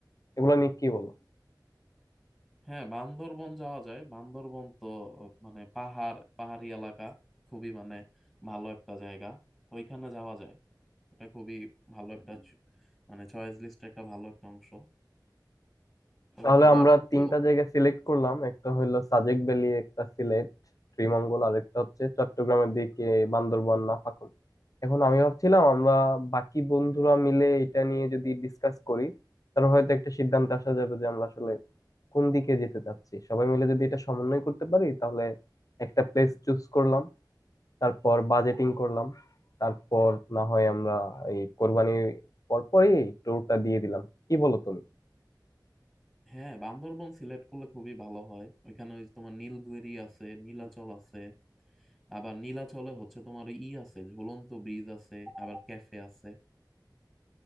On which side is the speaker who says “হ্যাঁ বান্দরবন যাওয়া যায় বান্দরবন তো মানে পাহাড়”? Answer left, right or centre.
Centre